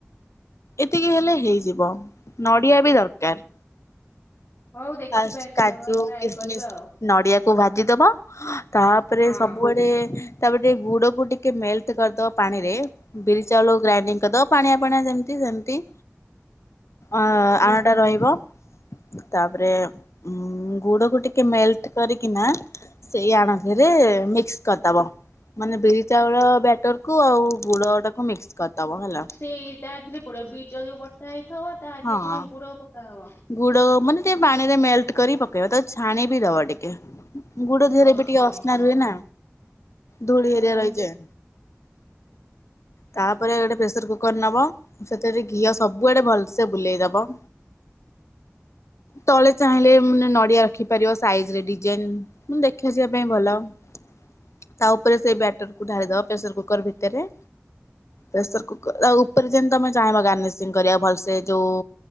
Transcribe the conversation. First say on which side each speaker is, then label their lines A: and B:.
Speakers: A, on the left; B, on the left.
A: ଏତିକି ହେଲେ ହେଇଯିବ। ନଡିଆ ବି ଦରକାର।
B: ହଉ ଦେଖିବା
A: ଫାଷ୍ଟ
B: ଏଥରକ
A: କାଜୁ,
B: ଟ୍ରାଏ
A: କିସ୍ମିସ୍
B: କରିବା ଆଉ।
A: ନଡିଆକୁୁ ଭାଜିଦବ ତାପରେ
B: ହଁ।
A: ସବୁଆଡେ ତାପରେ ଟିକେ ଗୁଡ କୁ ଟିକେ ମେଲ୍ଟ କରିଦବ ପାଣି ରେ। ବିରି ଚାଉଳ କୁ ଗ୍ରାଇଡିଙ୍ଗ କରିଦବ ପାଣିଆ ପାଣିଆ ଯେମିତି ସେମିତି। ଅ
B: ହୁଁ।
A: ଆଣଟା ରହିବ ତା ତାପରେ ଉ ଗୁଡ କୁ ଟିକେ ମେଲ୍ଟ କରିକିନା ସେଇ ଆଣ ଦିହରେ ମିକ୍ସ କରିଦବ। ମାନେ ବିରି ଚାଉଳ ବ୍ୟାଟର କୁ ଆଉ ଗୁଡ ଟାକୁ ମିକ୍ସ କରିଦବ ହେଲା।
B: ସେଇ ତା ଦେହରେ ପଡିବ ବୀଚାଉଲ ଯୋଉ ବଟା ହେଇଥିବ ତା
A: ହଁ
B: ଦେହରେ ପୁଣି ଗୁଡ଼ ପକାହବ।
A: ଗୁଡ ମାନେ ଟିକେ ପାଣିରେ ମେଲ୍ଟ କରି ପକେଇବ ତାକୁ ଛାଣିି ବି ଦବ ଟିକେ। ଗୁଡ ଦେହରେ
B: ଓହୋ
A: ବି ଟିକେ ଅସ୍ନା
B: ହୋ।
A: ରୁହେ ନା ଧୂଳି
B: ହୁଁ
A: ହେରିଆ ରହିଯାଏ। ତାପରେ ଗୋଟେ ପ୍ରେସର କୁକର ନବ, ସେଥିରେ ଘିଅ ସବୁଆଡେ ଭଲସେ ବୁଲେଇଦବ। ତଳେ ଚାହିଁଲେ ଉଁ ନଡିଆ ରଖିପାରିବ ସାଇଜ ରେ ଡିଜାଇନ ମୁଁ ଦେଖିଆ ଯିବା ପାଇଁ ଭଲ ତା ଉପରେ ସେଇ ବ୍ୟାଟ ଟର କୁ ଢାଳିଦବ ପ୍ରେସର କୁକର ଭିତରେ। ପ୍ରେସର କୁକର ଆଉ ଉପରେ ଯେମିତି ତମେ ଚାହିଁବ ଗାର୍ନିସିଂ କରିବା ଭଲସେ ଯୋଉ